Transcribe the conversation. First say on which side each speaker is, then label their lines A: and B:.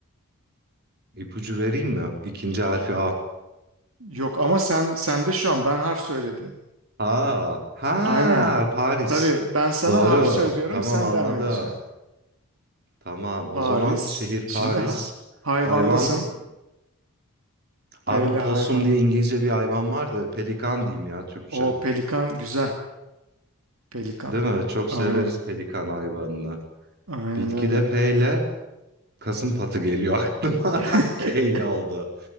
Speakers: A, on the right (about 45°); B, on the right (about 65°).
A: İpucu vereyim mi? İkinci harfi A
B: Yok ama sen sen de şu an ben harf söyledim.
A: Ha, ha
B: Aynen.
A: Paris.
B: Tabii ben sana
A: Doğru.
B: harf söylüyorum.
A: Tamam
B: Sen
A: anladım.
B: devam edeceksin.
A: Tamam. O
B: Paris.
A: zaman şehir
B: Şimdi
A: Paris.
B: ha- hayvandasın.
A: Hayvan
B: P
A: abi
B: ile
A: possum
B: hayvan.
A: diye İngilizce bir hayvan var da pelikan diyeyim ya Türkçe.
B: O pelikan güzel. Pelikan.
A: Değil mi? Çok
B: Aynen.
A: severiz pelikan hayvanını.
B: Aynen
A: Bitkide
B: öyle.
A: P ile kasımpatı geliyor aklıma. <laughs>
B: <laughs>
A: K ile oldu.